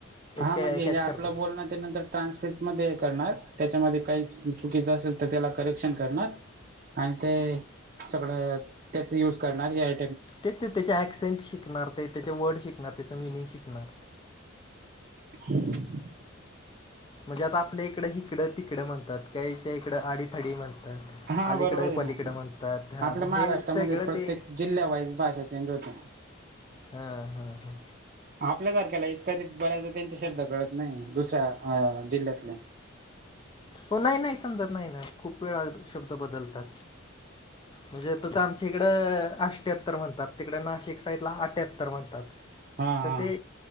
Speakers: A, on the right; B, on the left.
A: हा
B: कॅच
A: म्हणजे हे आपलं
B: करते
A: बोलणं त्या नंतर ट्रान्स्किट मध्ये हे करणार त्याच्यामध्ये काही च चुकीचं असेल तर तर त्याला करेक्शन करणार आणि ते सगळं त्याच युज करणार. ए आय
B: तेच ते त्याचे ॲक्सेंट शिकणार ते त्याचे वर्ड शिकणार त्याचं मिनिंग शिकणार.
A: <inaudible>
B: म्हणजे आता आपल्या इकडं हिकडं तिकडं म्हणतात. कायच्या इकडं आडी -थडी म्हणतात.
A: हा
B: अलीकडं
A: बरोबर आहे
B: पलीकडं
A: ना?
B: म्हणतात हा
A: आपल्या
B: मग
A: महाराष्ट्रामध्ये
B: हे सगळं
A: प्रत्येक
B: ते
A: जिल्ह्यावाईज भाषेच चेंज होतय.
B: हा हा हा
A: आपल्यासारख्याला इतक ते बऱ्याच त्यांचे शब्द कळत नाही दुसऱ्या आ जिल्ह्यातले
B: हो नाही नाही समजत नाही ना? खूप वेळा शब्द बदलतात म्हणजे त तर आमच्या इकडं आष् ट्याहत्तर म्हणतात. तिकडे नाशिक साईडला अठ्यात्तर म्हणतात.
A: हा हा
B: तर ते